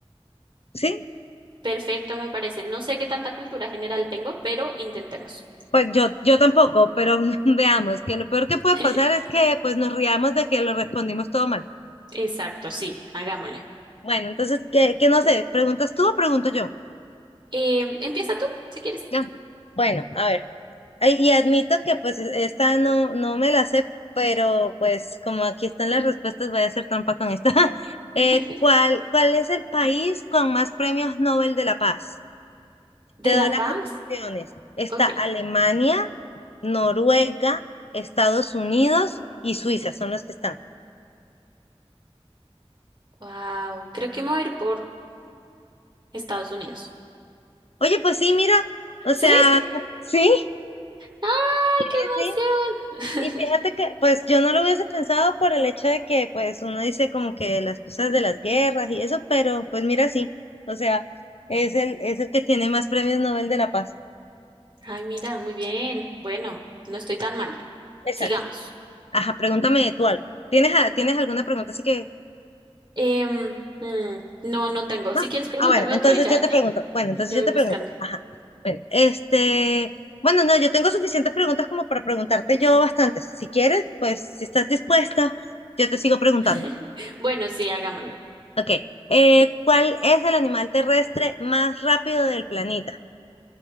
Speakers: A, on the left; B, on the right.
A: sí,
B: perfecto, me parece. No sé qué tanta cultura general tengo, pero intentemos.
A: pues yo, yo tampoco, pero <laughs> veamos, que lo peor que puede
B: <laughs>
A: pasar es que pues nos riamos de que lo respondimos todo mal.
B: Exacto, sí, hagámosle.
A: Bueno, entonces, que, que no sé, ¿preguntas tú o pregunto yo?
B: Eh, empieza tú, si quieres.
A: Ya. Bueno, a ver. Ay, Y admito que pues es- esta no, no me la sé, pero pues como aquí están las respuestas, voy a hacer trampa con esta. <laughs> Eh,
B: <laughs>
A: ¿cuál, cuál es el país con más premios Nobel de la Paz?
B: ¿De
A: Te doy
B: La Paz?
A: las opciones. Está
B: Ok.
A: Alemania, Noruega, Estados Unidos y Suiza, son los que están.
B: Wow, creo que me voy a ir por Estados Unidos.
A: Oye, pues sí, mira, o
B: ¿Sí?
A: sea, <laughs> Sí,
B: ¡Ay,
A: sí,
B: qué
A: sí,
B: emoción!
A: Y fíjate
B: <laughs>
A: que, pues yo no lo hubiese pensado por el hecho de que, pues uno dice como que las cosas de las guerras y eso, pero pues mira, sí, o sea, es el, es el que tiene más premios Nobel de la Paz.
B: Ay, mira, muy bien. Bueno, no estoy tan mal.
A: Exacto.
B: Sigamos.
A: Ajá, pregúntame tú algo. ¿Tienes, a- tienes alguna pregunta? Así que,
B: Em, mm, no, no tengo.
A: ¿no?
B: Si quieres, pregúntame
A: Ah, bueno, entonces
B: otro y ya.
A: yo te pregunto. Bueno,
B: y
A: entonces
B: Ya
A: yo
B: voy
A: te
B: buscando.
A: pregunto. Ajá. Bueno, este, bueno, no, yo tengo suficientes preguntas como para preguntarte yo bastantes. Si quieres, pues si estás dispuesta, yo te sigo preguntando.
B: <laughs> Bueno, sí, hagámoslo. <gasps>
A: Ok. Eh, ¿cuál es el animal terrestre más rápido del planeta?